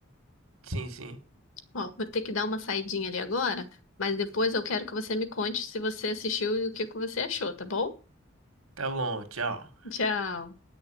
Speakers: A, on the right; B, on the left.
A: Sim, sim.
B: Ó, vou ter que dar uma saidinha ali agora, mas depois eu quero que você me conte se você assistiu e o que que você achou, tá bom?
A: Tá bom, tchau.
B: Tchau.